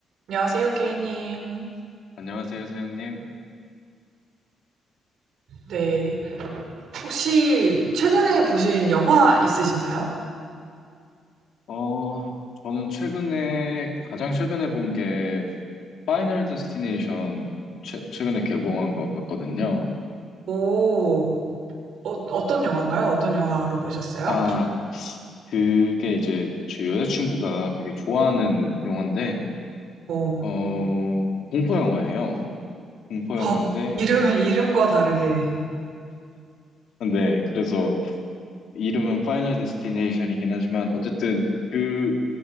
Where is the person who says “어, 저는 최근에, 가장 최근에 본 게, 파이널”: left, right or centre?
Left